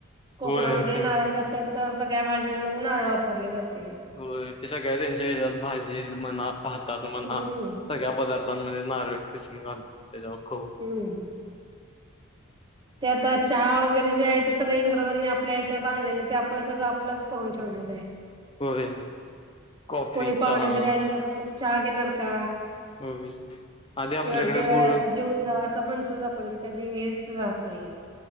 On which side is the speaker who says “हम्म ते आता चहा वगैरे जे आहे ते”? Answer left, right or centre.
Right